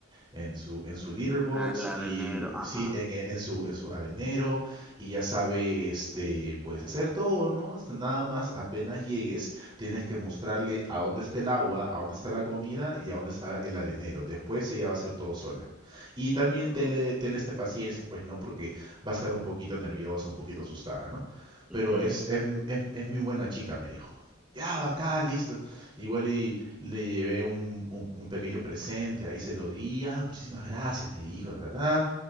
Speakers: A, on the right; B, in the centre.
A: en su, en su litter box
B: Ah, El
A: y
B: arenero, ajá.
A: sí, en, e, en su, en su arenero y ya sabe, este, puedes hacer todo, ¿no? Esto- Nada más apenas llegues, tienes que mostrarle a dónde está el agua, a dónde está la comida y a dónde está el arenero. Después ella va a hacer todo sola. Y también
B: Oh,
A: tenle, tenle este paciencia, pues, ¿no? Porque va a estar un poquito nerviosa, un poquito asustada, ¿no? Pero
B: ujú.
A: es, es, es, es muy buena chica, me dijo. Ya, bacán, listo. Igual y le llevé un, un- un pequeño presente, ahí se lo di, ah, muchísimas gracias, me dijo, ta, ta, ta,